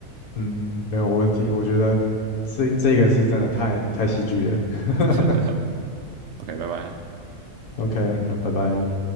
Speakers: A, on the left; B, on the right.
A: 嗯，没有问题，我觉得这这个是真的太太戏剧了 <laughs>
B: 真的。<laughs> OK，拜拜啊
A: ，OK，那拜拜。